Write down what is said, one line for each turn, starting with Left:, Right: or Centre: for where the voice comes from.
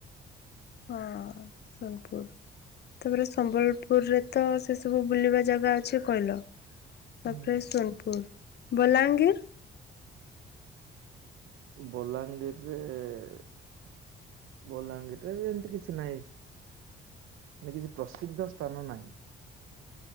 Left: ହଁ ସୋନପୁର। ତାପରେ ସମ୍ବଲପୁରରେ ତ ସେ ସବୁ ବୁଲିବା ଜାଗା ଅଛି କହିଲ। ତାପରେ
Right: ହୁଁ
Left: ସୋନପୁର ବଲାଙ୍ଗୀର
Right: ବଲାଙ୍ଗୀର ରେ ଏ ବଲାଙ୍ଗୀରରେ ବି ଏମିତି କିଛି ନାଇଁ ନା କିଛି ପ୍ରସିଦ୍ଧ ସ୍ଥାନ ନାହିଁ।